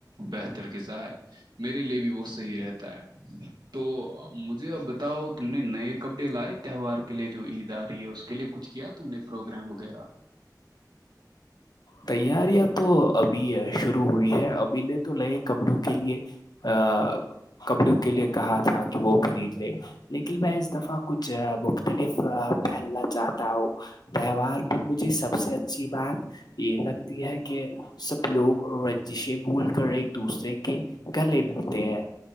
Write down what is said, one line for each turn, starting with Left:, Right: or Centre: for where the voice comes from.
Right: بہتر غذا ہے میرے لیے بھی وہ صحیح رہتا ہے ہ <inaudible> تو مجھے اب بتاؤ تم نے نئے کپڑے لائے تہوار کے لیے جو عید آ رہی ہے اس کے لیے کچھ کیا اننے پروگرام وغیرہ
Left: تیاریاں تو ابھی شروع ہوئی ہے ابھی نے تو نئے کمروں کے لیے ا کپڑوں کے لیے کہا تھا کہ وہ خرید لے لیکل میں اس دفعہ کچھ مختلف پہلنا چاہتا ہوں تہوار پر مجھے سب سے اچھی بات یہ لگتی ہے کہ سب لوگ رنجشے بھول کر ایک دوسرے کے گلے ملتے ہیں